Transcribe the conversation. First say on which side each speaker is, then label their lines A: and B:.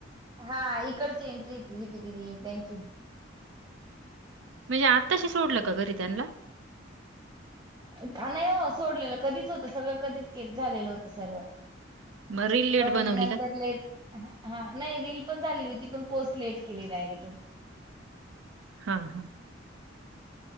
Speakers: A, on the right; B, on the right.
A: हा इकडची एंट्री <unintelligible> त्यांची.
B: म्हणजे आत्ताशी सोडलं का घरी त्यांना?
A: नाही हो सोडलेलं कधीच होतं सगळं कधीच के झालेलं होतं सर्व.
B: मग रील लेट
A: पण
B: बनवली
A: नंतर
B: काय?
A: लेट हा नाही रील पण झाली होती पण पोस्ट लेट केली डायरेक्ट.
B: हा हां